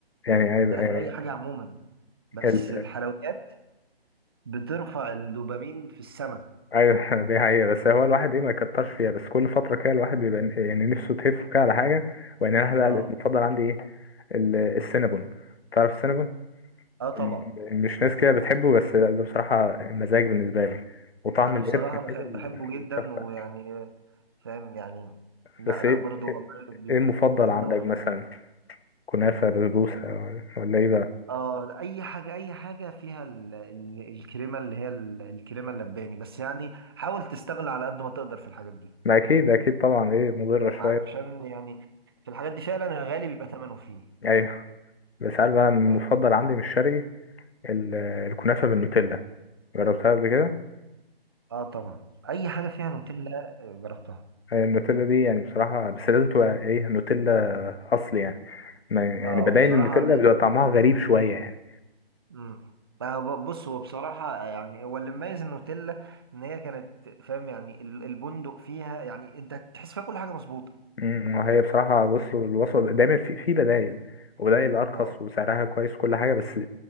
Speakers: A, on the left (about 75°); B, on the right (about 25°).
A: يعني ايوه
B: ده في أي حاجة عموما بس
A: يعني
B: الحلويات بترفع الدوبامين في السماء
A: ايوه <laughs> دي حقيقة بس هو الواحد ايه ما يكترش فيها بس كل فترة كده الواحد بيبقى ن- يعني نفسه تهف كده على حاجة وان انا بقى
B: اه
A: المفضل عندي ايه ال- السينابون تعرف السينابون
B: اه طبعا
A: م- مش ناس كده بتحبه بس ده بصراحة مزاج بالنسبة لي وطعم
B: انا
A: القرفة
B: بصراحة
A: كده
B: بحب
A: بي-
B: بحبه جدا
A: تحفة
B: ويعني فاهم يعني لا
A: بس
B: لا
A: ايه
B: برضو
A: ايه
B: والله بيبقى
A: إيه المفضل
B: بيبقى
A: عندك
B: رهيب
A: مثلا كنافة بسبوسة ولا ولا ايه بقى
B: اه لا، اي حاجة اي حاجة فيها ال- ال- الكريمة اللي هي ال- الكريمة اللباني بس يعني حاول تستغل على قد ما تقدر في الحاجات دي
A: ما اكيد اكيد طبعا ايه مضرة
B: فاهم
A: شوية
B: علشان يعني في الحاجات دي فعلا الغالي بيبقى ثمنه فيه
A: ايوه بس عارف بقى المفضل
B: فاهم
A: عندي مش شرقي ال- الكنافة بالنوتيلا جربتها قبل كده
B: اه طبعا اي حاجه فيها نوتيلا آه، جربتها
A: هي النوتيلا دي يعني بصراحة بس لازم تبقى ايه نوتيلا أصل يعني ما يعني
B: اه
A: بدايل
B: وبصراحه
A: النوتيلا
B: ال... ال-
A: بيبقى طعمها غريب شوية يعني
B: مم. آه، ب- بص هو بصراحه آه، يعني هو اللي مميز النوتيلا ان هي كانت فاهم يعني ال- البندق فيها يعني انت تحس فيها كل حاجه مظبوطه
A: أمم، وهي بصراحة وصلوا الوصفة دايما في في بدايل وبدايل أرخص
B: اه
A: وسعرها كويس وكل حاجة بس